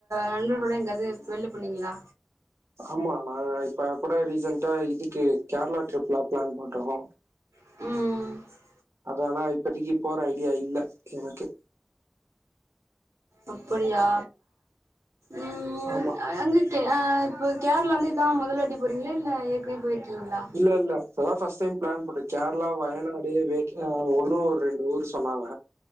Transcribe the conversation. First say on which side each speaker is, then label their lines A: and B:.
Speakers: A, on the right (about 80°); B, on the right (about 65°).
A: நண்பர்களோட எங்யாது வெள்ல போனீங்ளா
B: ஆமா நாங்க இப்ப கூட ரீசன்ட்டா இதுக்கு கேர்ளா ட்ரிப்லா பிளான் போட்டோ
A: ம் ம்
B: ஆனா இப்பதீக்கி போற ஐடியா இல்ல எனக்கு
A: அப்புடியா ம்
B: ஆமா
A: அ அங்க இது அ இப்போ கேர்ளா வந்து இதா முதல்வாட்டி போறீங்ளா இல்ல ஏற்க்னே போய்ர்க்கீங்ளா
B: இல்ல இல்ல இப்பதா ஃபஸ்ட் டைம் பிளான் போட்டோ கேர்ளா வயநாடு வேக் ஆ உன்னூ ஒர் ரெண்டு ஊரு சொன்னாங்க